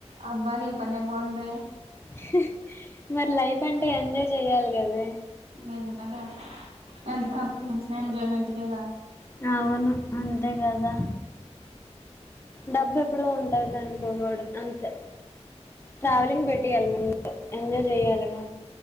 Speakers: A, on the right (about 60°); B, on the left (about 20°).
A: అబ్బా ని పనే బావుందే.
B: హ్ హ్ మరి లైఫ్ అంటే ఎంజాయ్ చెయాలి కదే
A: నిజమేనే ఎంత
B: మ్మ్
A: సంపాదించిన ఎంజాయ్మెంట్ కే గా
B: అవును అంతే కదా. డబ్బు ఎప్పుడు ఉంటది అనుకోకూడదు అంతే. ట్రావెలింగ్ పెట్టియ్యాలి ముందు ఎంజాయ్ చెయ్యాలిగా.